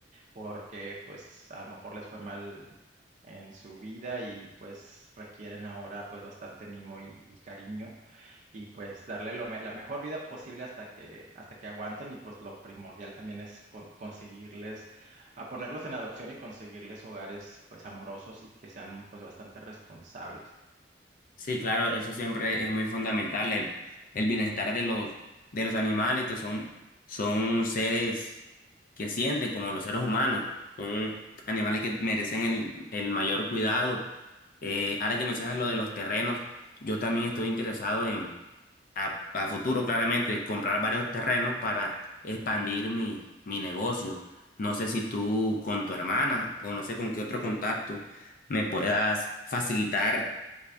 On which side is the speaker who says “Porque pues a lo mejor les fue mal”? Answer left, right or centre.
Right